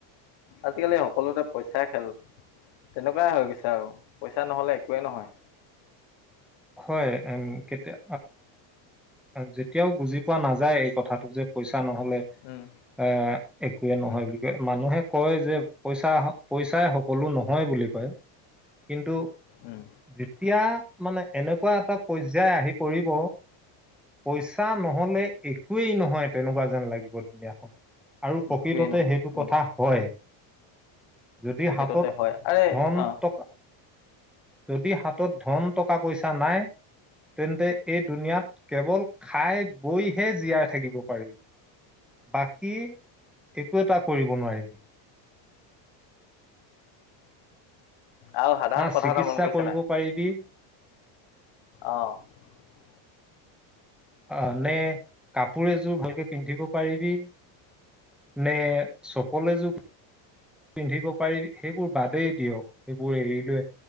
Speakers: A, on the left; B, in the centre.
A: আজিকালি সকলোতে পইচাই খেল। তেনেকুৱাই হৈ গৈছে আৰু পইচা নহলে একোৱেই নহয়।
B: হয় কেতিয়া যেতিয়াও বুজি পোৱা নাযায় এই কথাটো যে পইচা নহ'লে
A: উম
B: এ একোৱেই নহয়
A: উম
B: বুলি কয় মানুহে কয় যে পইচা-পইচাই সকলো নহয় । বুলি কয় কিন্তু
A: উম
B: যেতিয়া মানে এনেকুৱা এটা পৰ্যায় আহি পৰিব পইচা নহলে একোৱেই নহয় তেনেকুৱা যেন লাগিব দুনীয়াখনত। আৰু প্ৰকৃততে
A: একোৱেই নহয়
B: সেইটো
A: উম
B: কথা হয়। যদি
A: প্ৰকৃততে
B: হাতত
A: হয় আৰে
B: ধন
A: অঁ
B: টকা যদি <unintelligible> হাতত ধন টকা টকা পইচা নাই তেন্তে এই দুনীয়াত কেৱল খাই বৈহে জীয়াই থাকিব পাৰি। বাকী একো এটা কৰিব নোৱাৰিবি।
A: আৰু সাধাৰণ
B: না
A: কথা
B: চিকিৎসা
A: এটা মন কৰিছে
B: কৰিব পাৰিবি
A: আহঁ ।
B: অ নে কাপোৰ এযোৰ ভালকে পিন্ধিব পাৰিবি। নে চপল এযোৰ পিন্ধিব পাৰি সেইবোৰ বাদেই দিয়ক সেইবোৰ এৰি লোৱে।